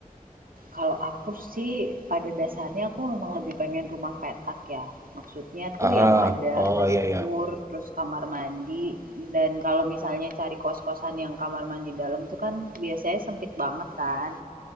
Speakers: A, on the right; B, on the right.
A: Kalau aku sih pada dasarnya aku memang lebih pengen rumah petak ya. Maksudnya
B: Ah,
A: tuh yang ada
B: oh
A: dapur,
B: iya iya.
A: terus kamar mandi, dan kalau misalnya cari kos-kosan yang kamar mandi dalam tuh kan biasanya sempit banget kan.